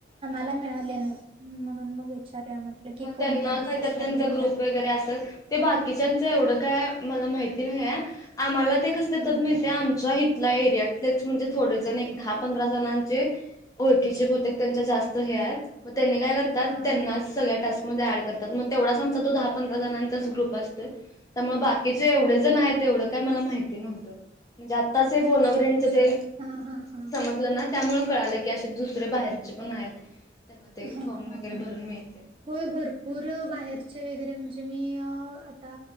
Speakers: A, on the left (about 20°); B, on the right (about 30°).
A: हा
B: मला मिळाले नाहीत... म्हणून मग विचारूया म्हटलं की
A: मग
B: कोणत्या
A: त्यांना...
B: बेसिसवर
A: काईतरी त्यांचा
B: देतात?
A: ग्रुप वगैरे असल ते बाकीच्यांचं... एवढं काय... मला माहिती नाई ए आम्हाला ते कसं
B: हा.
A: देतात माहितीया... आमचा हिथला एरिया तेच म्हणजे... थोडेजण एक दहा पंधरा जणांचे ओळखीचे बहुतेक त्यांच्या जास्त हे आहेत... मग त्यांनी काय करतात...
B: हा
A: त्यानाच
B: हा
A: सगळ्या टास्क मध्ये ऍड करतात... मग तेवढाच आमचा तो दहा पंधरा जणांचाच ग्रुप असतोय त्यामुळे बाकीचे एवढे जण हायेत... तेवढं काय मला माहित नव्हतं... म्हणजे आ आताचे
B: अच्छा
A: फोन अ फेंडचं
B: अच्छा
A: ते
B: हा हा हा
A: समजलं ना त्यामुळे कळालं की, असे दुसरे बाहेरचे पण हायेत... त्यांना ते
B: हा
A: फॉर्म
B: हा
A: वगैरे
B: हा
A: भरून मिळतंय
B: होय... भरपूर... बाहेरचे वगैरे... म्हणजे मी आता...